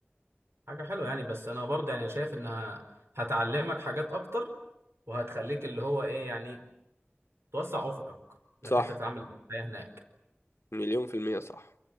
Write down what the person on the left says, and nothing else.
صح
مليون في المية صح